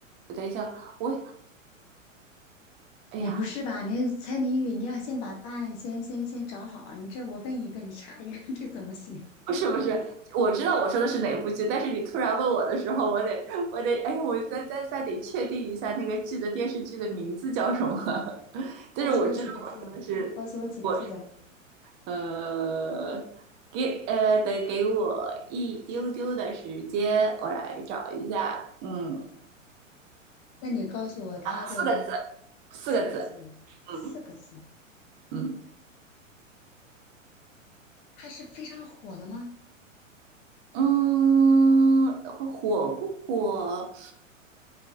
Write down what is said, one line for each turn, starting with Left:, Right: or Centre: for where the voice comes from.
Right: 等一下，我哎呀，
Left: 你不是吧？你猜谜语，你要先把答案先先先找好。你这我问一个，你查一个，<laughs> 这怎么行？
Right: <laughs> 不是不是，我知道我说的是哪部剧，但是你突然问我的时候，我得我得哎，我再再再得确定一下那个剧的电视剧的名字叫什么。<laughs> 但是我知道我说的是我
Left: 告诉我几个字，告诉我几个字的。
Right: 呃给呃得给我一丢丢的时间，我来找一下，嗯，
Left: 那你告诉我他的
Right: 四个字，四个字，
Left: 四个字，四个字。
Right: 嗯嗯
Left: 他是非常火的吗？
Right: 嗯，火不火？